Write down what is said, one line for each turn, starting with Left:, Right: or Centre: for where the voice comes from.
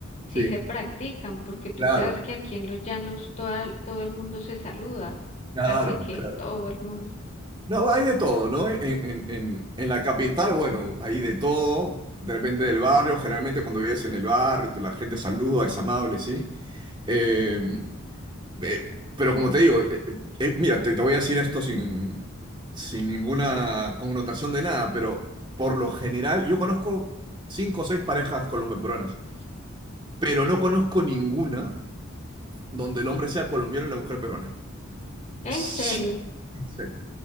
Left: sí
Right: Sí,
Left: se practican, porque tú
Right: claro,
Left: sabes que aquí en los llanos toda- todo el mundo se saluda,
Right: claro,
Left: casi que
Right: claro.
Left: todo el mundo.
Right: No, hay de todo, ¿no? En, en- en- en la capital, bueno, hay de todo, de repente del barrio, generalmente cuando vives en el barrio, la gente saluda, es amable, ¿sí? Eh, eh, pero como te digo, eh, eh, mira, te, te voy a decir esto sin, sin ninguna connotación de nada, pero por lo general, yo conozco cinco o seis parejas colombo-peruanas, pero no conozco ninguna donde el hombre sea colombiano y la mujer peruana.
Left: En
Right: Es-
Left: serio,
Right: <laughs>